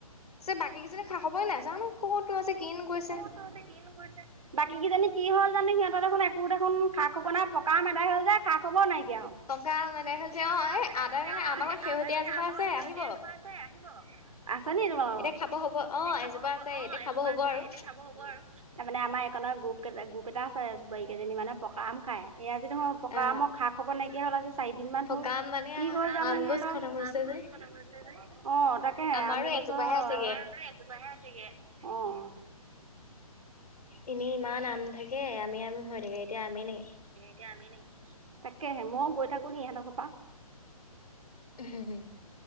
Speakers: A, on the left (about 80°); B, on the right (about 60°).
A: পিছে বাকী কেইজনী খা-খবৰে নাই। জানো ক'তনো আছে কিনো কৰিছে?
B: ক'তনো আছে কিনো কৰিছে? বাকী কেইজনী কি হ'ল জানো সিহঁতৰ দেখোন একো দেখোন খবৰ নাই পকা আম আদাই হ'ল যে খা-খবৰ নাইকিয়া হ'ল।
A: ককা মেদাই হতে
B: পকা
A: অ
B: আম
A: এ
B: আদাই হ'ল যে।
A: মানে
B: অঁ
A: আমাৰ ঘৰত
B: এ
A: শেহতীয়া
B: আদাই মানে
A: এজোপা
B: আমাৰ
A: আছে
B: ঘৰত শেহতীয়া
A: আহিব
B: এজোপা আছে আহিব। আছে নি তোমালোকৰ
A: এতিয়া
B: ঘৰত?
A: খাব হ'ব অ
B: এতিয়া খাব
A: এজোপা
B: হ'ব। অ‍ঁ
A: আছে এতিয়া
B: এজোপা
A: খাব হ'ব
B: আছে
A: আৰু
B: এতিয়া খাব হ'ব আৰু। তাৰমানে আমাৰ একনৰ গ্ৰুপকেইটা গ্ৰুপ এটা আছে বোৱাৰী কেইজনী মানৰ পকা আম খাই। এইয়া যদি মই পকা
A: অ
B: আমৰ খা-খবৰ নাইকিয়া হ'ল আজি চ চাৰি দিন মান
A: পকা
B: হ'ল।
A: আম মানে
B: কি হ'ল জানো
A: আম
B: সিহঁতৰ?
A: গছ খতম হৈছে
B: আম
A: যে
B: গছ খতম হৈছে যে। অঁ তাক তাকে
A: আমাৰো
B: আম গছৰ।
A: এজোপাহে আছেগে
B: আমাৰো সেই এজোপা হে আছে গে। অঁ!
A: এনেই ইমান আম থাকে আমেই আম হৈ থাকে, এতিয়া আমেই নাই।
B: এতিয়া আমেই নাই। তাকেহে ময়ো গৈ থাকো নি ইহঁতৰ ঘৰপা।
A: হুম-হুম!